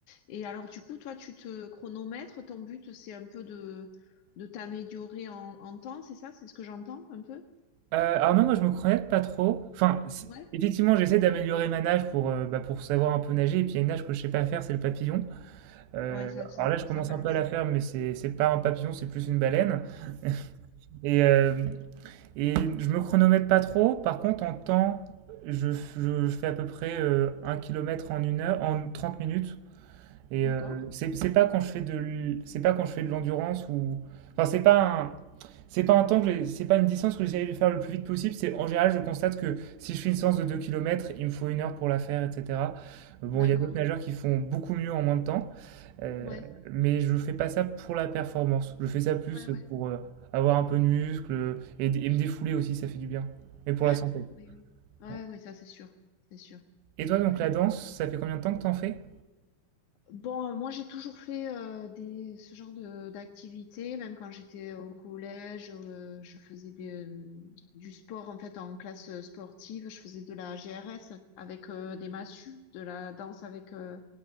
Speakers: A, on the left; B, on the right.
A: Et alors, du coup, toi, tu te chronomètres, ton but, c'est un peu de, de t'améliorer en, en temps, c'est ça? C'est ce que j'entends un peu?
B: Euh, alors non, moi je me connais pas trop. Enfin, si-
A: Ouais?
B: effectivement, j'essaie d'améliorer ma nage pour, euh, bah, pour savoir un peu nager. Et puis il y a une nage que je sais pas faire, c'est le papillon. Euh,
A: Ouais, ça, c'est-
B: alors là, je commence
A: ça balance.
B: un peu à la faire, mais c'est c'est pas un papillon, c'est plus une baleine. <laughs> Et, euh, et je me chronomètre pas trop. Par contre, en temps, je, f- je- je fais à peu près euh, 1 km en une heure, en 30 minutes. Et
A: D'accord,
B: euh, c'est c'est pas quand je fais de l- c'est pas quand je fais de l'endurance ou enfin c'est pas un c'est pas un temps que j'ai- c'est pas une distance que j'essaie de faire le plus vite possible, c'est en général je constate que si je fais une séance de 2 kilomètres il me faut une heure pour la faire, etc. Euh, Bon,
A: d'accord.
B: il y a d'autres nageurs qui font beaucoup mieux en moins de temps, euh,
A: Ouais,
B: mais je fais pas ça pour la performance, je fais ça plus
A: ouais, ouais.
B: pour euh, avoir un peu de muscle et, d- et me défouler aussi, ça fait du bien. Et pour
A: Ouais,
B: la santé.
A: oui, oui. Ouais,
B: ouais.
A: oui, ça, c'est sûr. C'est sûr.
B: Et toi donc
A: Ouais.
B: la danse, ça fait combien de temps que t'en fais?
A: Bon, euh, moi j'ai toujours fait euh, des, ce genre de d'activité, même quand j'étais au collège, euh, je faisais des, euh, du sport en fait en classe sportive, je faisais de la GRS avec euh, des massues, de la danse avec, euh,